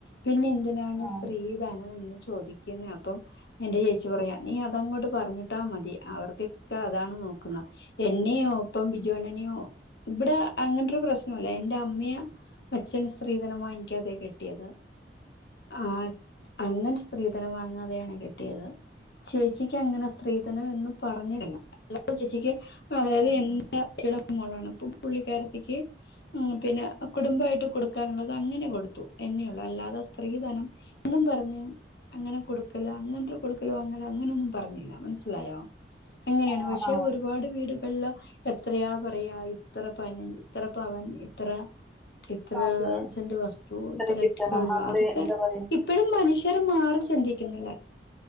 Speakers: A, on the left (about 65°); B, in the centre.
A: പിന്നെ എന്തിനാണ്
B: ആ
A: സ്ത്രീ ധനം എന്ന് ചോദിക്കുന്നത് അപ്പം എന്റെ ചേച്ചി പറയാ നീ അതങ്ങോട്ട് പറഞ്ഞിട്ടാ മതി അവർക്കൊക്കെ അതാണ് നോക്കുന്നത് എന്ന ഇനെയോ ഒപ്പം ബിജോണനെയോ ഇവിടെ അങ്ങനൊതൊരു പ്രശ്നല്ല എൻറെ അമ്മയ അച്ഛന് സ്ത്രീധനം വാങ്ങിക്കാതെ കെട്ടിയത്. ആ അണ്ണൻ സ്ത്രീധനം വാങ്ങാതെയാണ് കെട്ടിയത്. ചേച്ചിക്ക് അങ്ങനെ സ്ത്രീധനം എന്നും പറഞ്ഞില്ല അല്ലാതെ ചേച്ചിക്ക് അതായത്
B: അതെ.
A: എന്റെ <unintelligible> മോളാണ് അപ്പം പുള്ളിക്കാരത്തിക്ക് ഉം പിന്നെ കുടുംബായിട്ട് കൊടുക്കാനുള്ളത് അങ്ങനെ കൊടുത്തു. എന്നെയുള്ളൂ അല്ലാതെ സ്ത്രിധനം എന്നും പറഞ്ഞ് അങ്ങനെ കൊട് അങ്ങൻരു കൊടുക്കൽ വാങ്ങൽ അങ്ങനൊന്നും പറഞ്ഞില്ല. മനസ്സി ലായോ അങ്ങനെയാണ്
B: ആ
A: പക്ഷെ
B: ആ
A: ഒരുപാട് വീട് <unintelligible> എത്രയാ പറയാ ഇത്ര പന ഇത്ര പവൻ ഇത്ര ഇത്രസിന്റെ
B: അതെ
A: വസ്തു
B: എത്ര
A: ഇത്രൊക്കെ
B: കിട്ടണം
A: ഉള്ള
B: നമ്മള്
A: അതൊക്കെ
B: എന്താ പറയാ
A: ഇപ്പോഴും മനുഷ്യർ മാറി ചിന്തിക്കുന്നില്ല.